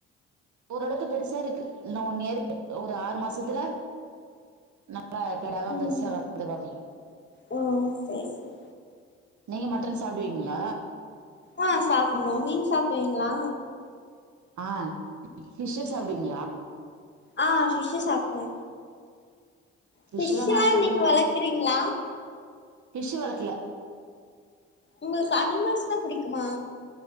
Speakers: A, on the right; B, on the left.
A: ஓரளவுக்கு பெருசா இருக்கு இன்னு ஒன் இயர் ஒரு ஆறு மாசத்துல நல்லா கெடாவா
B: ம்
A: பெருசா வளந்துருவாப்படி
B: ஓ சரி சரி
A: நீங்க மட்டன் சாப்புடுவீங்களா
B: ஆ சாப்டுவோ நீங்க சாப்டுவீங்களா
A: ஆ ஃபிஷ்சு சாப்டுவீங்களா
B: ஆ ஃபிஷ்சு சாப்டுவ
A: ஃபிஷ்லா
B: ஃபிஷ்சுலா
A: நா சாப்ட
B: நீங்க வளக்குறீங்களா
A: ஃபிஷ்ஷு வளக்கல
B: உங்களுக்கு அனிமல்ஸ்னா புடிக்குமா